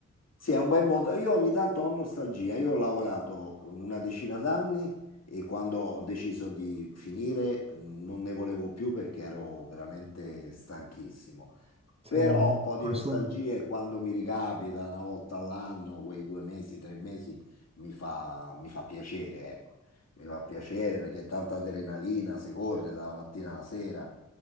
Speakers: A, on the left; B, on the right.
A: Sì, è un bel modo. Io ogni tanto ho nostalgia. Io ho lavorato una decina d'anni e quando ho deciso di finire mm, non ne volevo più perché ero veramente stanchissimo.
B: Sì,
A: Però
B: eh,
A: un po' di
B: consumo.
A: nostalgia e quando mi ricapita una volta all'anno, quei due mesi, tre mesi, mi fa, mi fa piacere, ecco. Mi fa piacere perché è tanta adrenalina, si corre dalla mattina alla sera.